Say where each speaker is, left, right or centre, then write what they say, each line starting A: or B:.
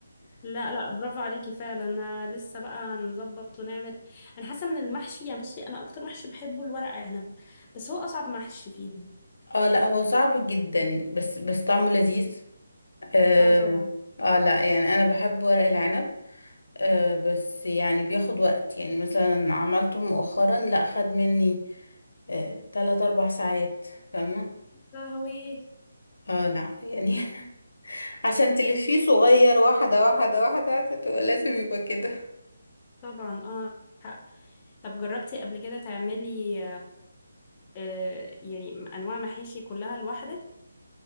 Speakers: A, on the left; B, on the left.
A: لا لا برافو عليكي فعلا انا لسه بقى نظبط ونعمل انا حاسه ان المحشي يعني بصي انا اكتر محشي بحبه الورق عنب بس هو اصعب محشي فيهم
B: اه لا هو صعب جدا بس بس طعمه لذيذ اه,
A: اه طبعا
B: آه لا يعني انا بحب ورق العنب آه بس يعني بياخد وقت يعني مثلا عملته مؤخرا لا خد مني آه تلات اربع ساعات فاهمة
A: قهوي
B: اه لا يعني <laughs> عشان تلفيه صغير واحدة واحدة واحدة تبقى لازم يبقى كده
A: طبعا اه حق طب جربتي قبل كده تعملي آه يعني انواع محاشي كلها لوحدك